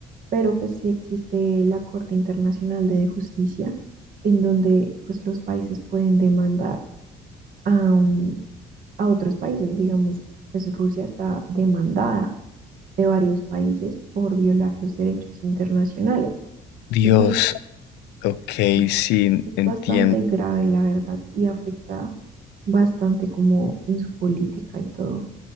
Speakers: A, on the right (about 55°); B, on the left (about 85°).
A: pero pues sí existe la Corte Internacional de Justicia en donde pues los países pueden demandar a, um, a otros países, digamos, pues Rusia está demandada de varios países por violar los derechos internacionales
B: Dios,
A: y pues
B: ok,
A: es,
B: sí,
A: es
B: entiendo.
A: bastante grave la verdad y afecta bastante como en su política y todo.